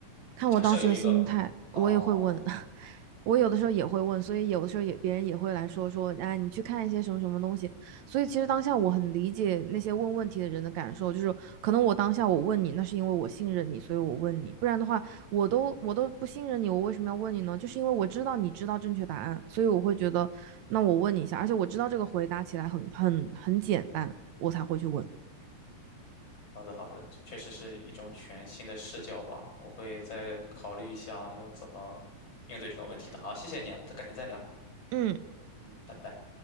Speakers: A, on the right; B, on the left.
A: 看我当时的心态，
B: 假设有一个，哦，
A: 我也会问，<laughs> 我有的时候也会问，所以有的时候也别人也会来说说，哎，你去看一些什么什么东西。所以其实当下我很理解那些问问题的人的感受，就是可能我当下我问你，那是因为我信任你，所以我问你，不然的话，我都我都不信任你，我为什么要问你呢？就是因为我知道你知道正确答案，所以我会觉得，那我问你一下，而且我知道这个回答起来很很很简单，我才会去问。
B: 好的，好的，这确实是一种全新的视角吧，我会再考虑一下要怎么应对这种问题的。好，谢谢你啊，再改天再聊，
A: 嗯。
B: 嗯，拜拜。